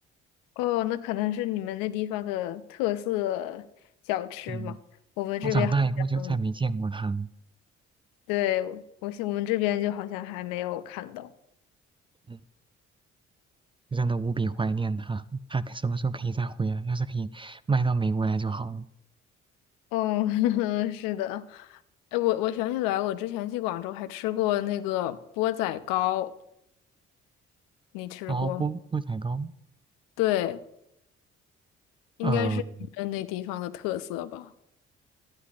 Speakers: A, on the left; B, on the right.
A: 哦，那可能是你们那地方的特色小吃嘛？
B: 嗯，
A: 我们这边好像，
B: 我长大以后就再没见过它了，
A: 对，我我我们这边就好像还没有看到。
B: 嗯，就真的无比怀念它。它什么时候可以再回来？要是可以卖到美国来就好了。
A: 哦，<laughs> 是的，哎，我我想起来，我之前去广州还吃过那个钵仔糕，你吃过吗
B: 然后菠菠仔糕，
A: 对，应该是你们那地方的特色吧。
B: 呃，